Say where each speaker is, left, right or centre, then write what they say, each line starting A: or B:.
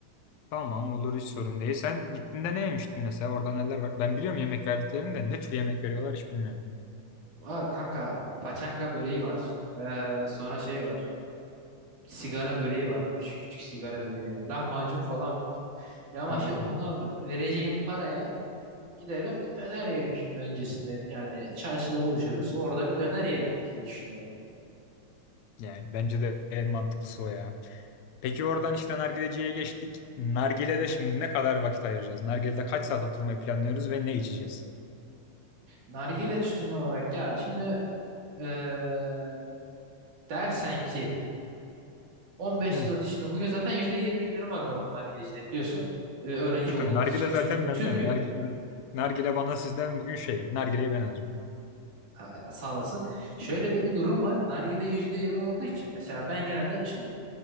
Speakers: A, on the left; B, on the right.
A: Tamam olur hiç sorun değil. Sen gittiğinde ne yemiştin mesela orada neler var? Ben biliyorum yemek verdiklerini de ne tür yemek veriyorlar hiç bilmiyorum.
B: Aa kanka paçanga böreği var. Ee, sonra şey var. Sigara böreği var. Küçük küçük sigara böreği var. Lahmacun falan var. Ya ama
A: Vallahi
B: şimdi ona
A: bu.
B: vereceğim paraya giderim döner yerim şimdi öncesinde. Yani çarşıda buluşuruz. Orada bir döner yerim diye düşünüyorum.
A: yani bence de en mantıklısı o ya. Peki oradan işte nargileciye geçtik. Nargile'de şimdi ne kadar vakit ayıracağız? Nargile'de kaç saat oturmayı planlıyoruz ve ne içeceğiz?
B: Nargile tütünü olarak ya şimdi eee, Dersen ki 15
A: Hı,
B: zloty şimdi bugün zaten %20 indirim var bu arada nargilecide biliyorsun. Ee, öğrenci
A: süper.
B: olduğumuz
A: Nargile
B: için
A: zaten
B: tüm
A: benden.
B: tüm gün
A: Nargile, nargile bana sizden bugün şey. Nargileyi ben alacağım.
B: ha, sağ olasın. Şöyle de bir durum var. Nargile %20 olduğu için mesela ben genelde şimdi